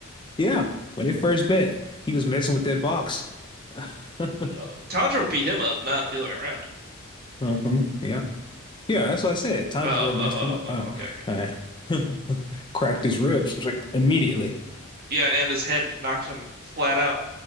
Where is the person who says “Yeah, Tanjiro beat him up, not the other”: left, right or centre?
Right